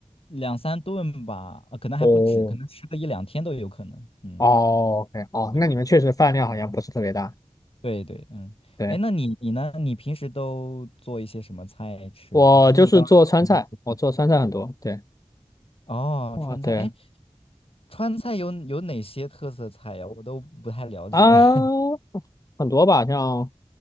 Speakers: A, on the left (about 55°); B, on the left (about 30°).
A: 两三顿吧，呃可能还不止，
B: 哦
A: 可能吃个一两天都有可能。嗯，
B: 哦，OK，哦，
A: 对对对。
B: 那你们确实饭量好像不是特别大。
A: 对对，嗯，
B: 对，
A: 哎，那你你呢？你平时都做一些什么菜吃啊听你刚刚说你吃
B: 我就是做川菜，我做川菜很多，对，
A: 哦，
B: 哦对
A: 川菜，哎，川菜有有哪些特色菜呀？我都不太了解。
B: 啊，
A: <laughs>
B: 很多吧，像